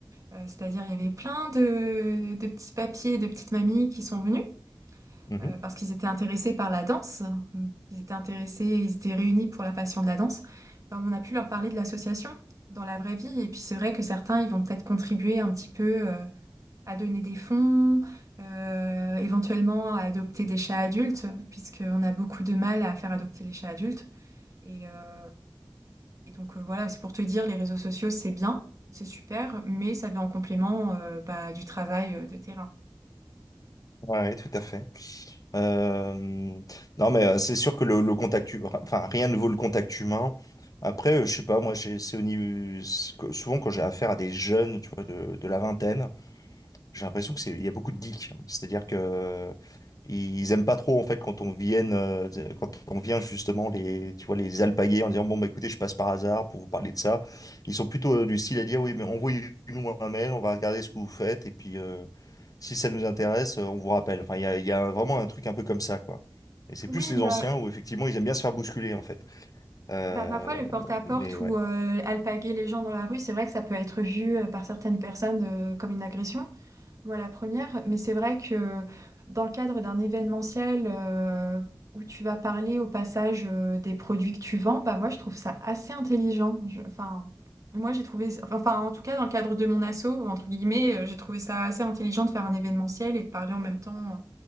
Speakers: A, on the right; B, on the left.
A: Euh, c'est-à-dire il y avait plein de, de petits papiers, de petites mamies qui sont venues
B: Mhm.
A: euh, parce qu'ils étaient intéressés par la danse. Ils étaient intéressés, ils étaient réunis pour la passion de la danse. Ben, on a pu leur parler de l'association dans la vraie vie. Et puis c'est vrai que certains, ils vont peut-être contribuer un petit peu euh, à donner des fonds, euh, éventuellement à adopter des chats adultes, puisqu'on a beaucoup de mal à faire adopter les chats adultes. Et, euh, et donc euh, voilà, c'est pour te dire, les réseaux sociaux, c'est bien, c'est super, mais ça vient en complément euh, bah, du travail euh, de terrain.
B: Ouais, ouais, tout à fait. Euh, non, mais euh, c'est sûr que le, le contact, hu- enfin, enfin, rien ne vaut le contact humain. Après, euh, je sais pas, moi, j'ai- c'est au niveau, c'est que- souvent quand j'ai affaire à des jeunes, tu vois, de, de la vingtaine, J'ai l'impression que c'est, il y a beaucoup de geeks. C'est-à-dire que ils aiment pas trop en fait quand on vienne, euh, quand on vient justement les, tu vois, les alpaguer en disant bon bah écoutez, je passe par hasard pour vous parler de ça. Ils sont plutôt euh, du style à dire oui mais envoyez-nous un mail, on va regarder ce que vous faites et puis euh, si ça nous intéresse, euh, on vous rappelle. Enfin il y a, il y a vraiment un truc un peu comme ça quoi. Et c'est
A: Oui,
B: plus les
A: bah
B: anciens où effectivement ils aiment bien se faire bousculer en fait. Euh,
A: Bah, parfois, le porte-à-porte
B: mais ouais,
A: ou euh, alpaguer les gens dans la rue, c'est vrai que ça peut être vu euh, par certaines personnes euh, comme une agression. Moi, la première, mais c'est vrai que dans le cadre d'un événementiel euh, où tu vas parler au passage euh, des produits que tu vends, bah, moi, je trouve ça assez intelligent. Je- enfin, moi, j'ai trouvé, enfin, en tout cas, dans le cadre de mon asso, entre guillemets, euh, j'ai trouvé ça assez intelligent de faire un événementiel et de parler en même temps euh,